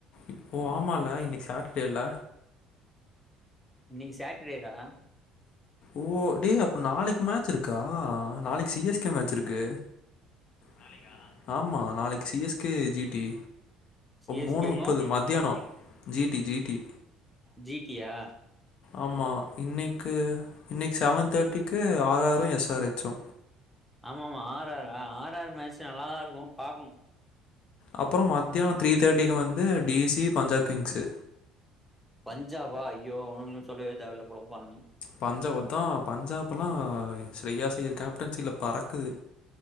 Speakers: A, on the left (about 55°); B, in the centre.
A: இப்போ ஆமால இன்னைக்கி சாட்டர்டேல்ல
B: இன்னைக் சாட்டர்டே டா
A: ஓ டே அப்ப நாளைக்கு மேட்ச் இருக்கா நாளைக்கு சி எஸ் கே மேட்ச் இருக்கு நாளைக்கா ஆமா நாளைக்கு C S okay G T
B: C S
A: மூணு
B: கேக்கு
A: முப்பது மத்யானம் G T G T
B: G T yeah
A: ஆமா இன்னைக்கு இன்னைக்கு செவன் தேர்ட்டிக்கு ஆர் ஆர்ரு எஸ் ஆர் எச்சு
B: ஆமா ஆமா ஆர் ஆர் அ ஆர் ஆர் மேட்ச் நல்லாதா இருக்கு பாக்குணு
A: அப்புற மத்தியானோ த்ரீ தேர்ட்டிக்கு வந்து இது டி சி பஞ்சாப் கிங்ஸு
B: பஞ்ஜாபா ஐயோ அவனுங்ளு சொல்லவே தேவல பொலப்பானுங்க
A: பஞ்சாப்தா பஞ்சாப் லா ஓக்கே ஷ்ரேயாஸ் இருக்கா கேப்டன்சில பறக்குது